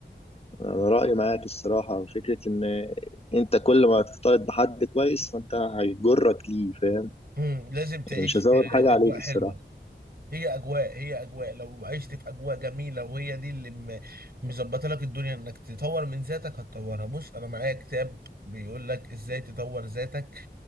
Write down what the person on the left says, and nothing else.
انا رأيي معاك الصراحة فكرة ان انت كل ما تختلط بحد كويس فانت هيجرك ليه فاهم
يعني مش هزود
حاجة
عليك الصراحة